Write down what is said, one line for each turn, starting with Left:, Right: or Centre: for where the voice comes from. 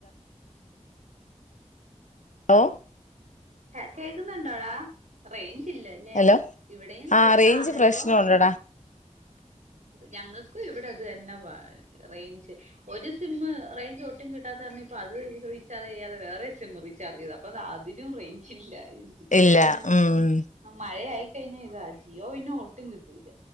Left: ഓഹ്
Right: ആ കേ ന്നുണ്ടോടാ റേഞ്ച് ഇല്ലല്ലേ
Left: ഹലോ
Right: ഇവിടെം
Left: ആഹ്
Right: റേ എവിടേം
Left: റേഞ്ച് പ്രശ്നം ഉണ്ടടാ
Right: ഞങ്ങൾക്കും ഇവിടെ അത് പാ തന്നെ റേഞ്ച് ഒരു സിം റേഞ്ച് ഒട്ടും കിട്ടാത്ത ഇപ്പ അത് റീചാർജ് ചെയ്യാതെ വേറെ സിം റീചാർജ് ചെയ്ത് അപ്പൊ ദാ അതിനും റേഞ്ചില്ല എന്ത്
Left: ഇല്ല
Right: ചെയ്യാൻ
Left: ഉം
Right: ആ മഴ ആയി കഴിഞ്ഞാ ഇതാ ജിയോ പിന്നെ ഒട്ടും കിട്ടൂല